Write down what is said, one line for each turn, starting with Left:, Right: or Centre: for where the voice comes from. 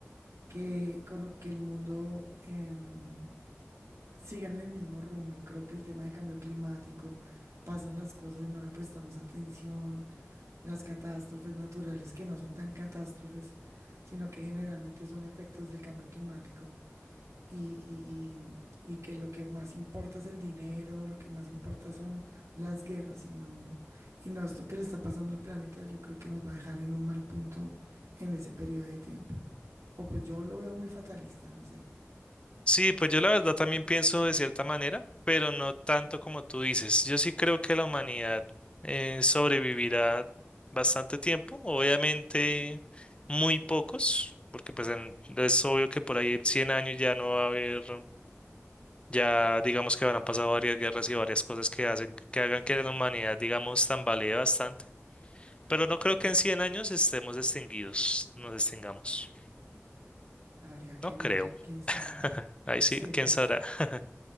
Right: que, cor- que el mundo em, siga en el mismo rumbo. Creo que el tema de cambio climático, pasan las cosas y no le prestamos atención. Las catástrofes naturales, que no son tan catástrofes, sino que generalmente son efectos del cambio climático y, y- y- y que lo que más importa es el dinero, lo que más importa son las guerras y no, y no esto que le está pasando al planeta, yo creo que nos va a dejar en un mal punto en ese periodo de tiempo. O pues yo lo veo muy fatalista, no sé.
Left: Sí, pues yo la verdad también pienso de cierta manera, pero no tanto como tú dices. Yo sí creo que la humanidad eh, sobrevivirá bastante tiempo, obviamente muy pocos, porque pues en- es obvio que por ahí en 100 años ya no va a haber, ya digamos que habrán pasado varias guerras y varias cosas que hacen, que hagan que la humanidad, digamos, tambalee bastante. Pero no creo
Right: Ujú.
Left: que en 100 años estemos extinguidos, nos extingamos.
Right: Habría que
Left: No creo.
Right: ver, quién sabe.
Left: <laughs> Ahí sí,
Right: Sí,
Left: quién
Right: pues,
Left: sabrá. <laughs>